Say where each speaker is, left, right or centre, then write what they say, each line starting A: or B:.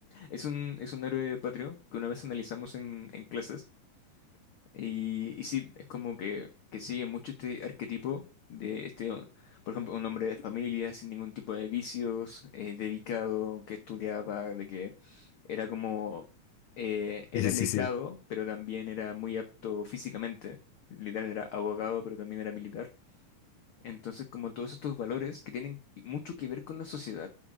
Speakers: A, on the left (about 65°); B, on the left (about 85°).
A: es un, es un héroe patrio que una vez analizamos en, en clases. Y, y sí, es como que, que sigue mucho este arquetipo de este, por ejemplo, un hombre de familia sin ningún tipo de vicios, eh, dedicado, que estudiaba, de que era como, eh, era
B: Sí, sí,
A: letrado,
B: sí, sí.
A: pero también era muy apto físicamente. Literal era abogado, pero también era militar. Entonces, como todos estos valores que tienen mucho que ver con la sociedad